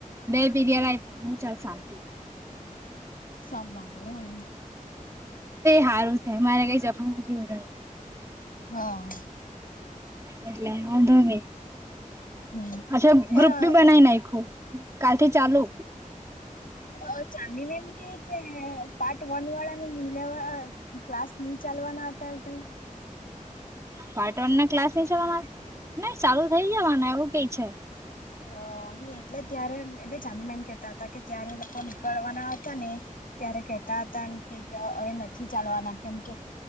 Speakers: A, on the right; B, on the left.
A: બે બીરિયા લઈ પણ હું ચાલ શાંતિ.
B: કામ મગણ એને.
A: હારુ થાય મારે કઈ જફ નથી વધારે.
B: હા.
A: એટલે હ ધોમે.
B: હમ
A: આજે ગ્રુપ બી બનાવી નાખું કાલથી ચાલુ.
B: અ ચાંદી મેમ કે. કે પાર્ટ વન વાળા ને ની લેવા ક્લાસ નહી ચાલવાના હતા એવું કઈ.
A: પાર્ટ વન ના ક્લાસ ન ચાલવાના નહી ચાલુ થઇ જવાનું એવું કઈ છે.
B: હા નહીં એટલે ત્યારે એટલે ચાંદી મેમ કેતા તા કે ત્યારે લોકો નીકળવાના હતા ને ત્યારે કેતા હતા એમ કે હ હવે નથી ચાલ વાના કેમ કે